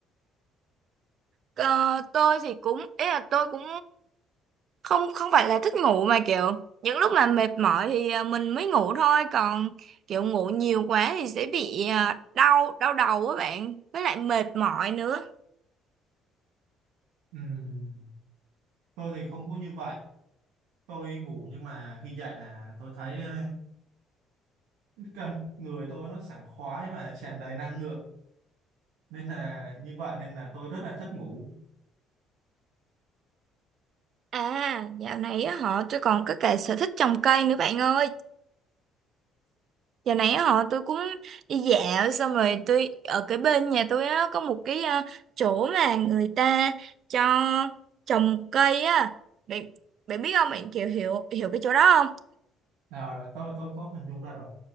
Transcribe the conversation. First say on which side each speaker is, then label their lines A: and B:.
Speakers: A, on the right; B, on the right.
A: Ờ, tôi thì cũng ý là tôi cũng không không phải là thích ngủ mà kiểu những lúc mà mệt mỏi thì à, mình mới ngủ thôi còn kiểu ngủ nhiều quá thì sẽ bị à, đau đau đầu á bạn với lại mệt mỏi nữa
B: Ừm, tôi thì không có như vậy tôi ngủ nhưng mà khi dậy là tôi thấy ờ, cần người tôi nó sảng khoái và tràn đầy năng lượng nên là như vậy nên là tôi rất là thích ngủ
A: à dạo này á họ tôi còn có cả sở thích trồng cây nữa bạn ơi dạo này á họ tôi cũng đi dạo xong rồi tôi ở cái bên nhà tôi á có một cái à, chỗ mà người ta cho trồng cây á bạn bạn biết không bạn kiểu hiểu hiểu cái chỗ đó không
B: nào rồi tôi tôi có hình dung ra rồi